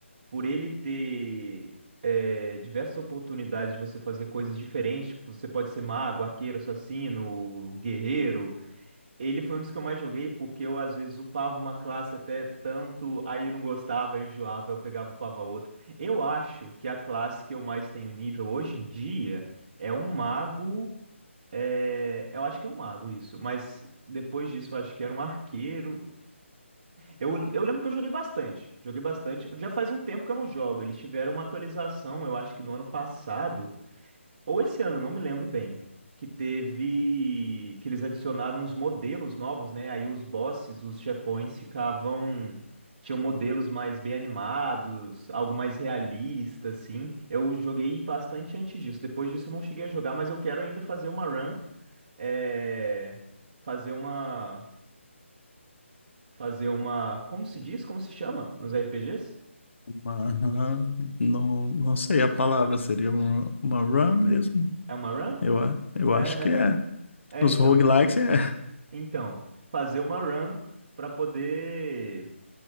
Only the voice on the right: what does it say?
por ele ter é, diversas oportunidades de você fazer coisas diferentes, tipo, você pode ser mago, arqueiro, assassino, guerreiro. Ele foi um dos que eu mais joguei porque eu às vezes upava uma classe até tanto, aí eu não gostava, eu enjoava, eu pegava, e upava outra. Eu acho que a classe que eu mais tenho nível hoje em dia é um mago é, eu acho que é um mago isso, mas depois disso eu acho que era um arqueiro. Eu, eu lembro que eu joguei bastante, joguei bastante. Já faz um tempo que eu não jogo. Eles tiveram uma atualização, eu acho que no ano passado, ou esse ano, não me lembro bem, que teve, que eles adicionaram uns modelos novos, né? Aí os bosses, os chefões ficavam, tinham modelos mais bem animados, algo mais realista, assim. Eu joguei bastante antes disso. Depois disso eu não cheguei a jogar, mas eu quero ainda fazer uma run é, fazer uma. Fazer uma. Como se diz? Como se chama nos RPGs?
É uma run?
É, né?
É,
então.
Então, fazer uma run para poder.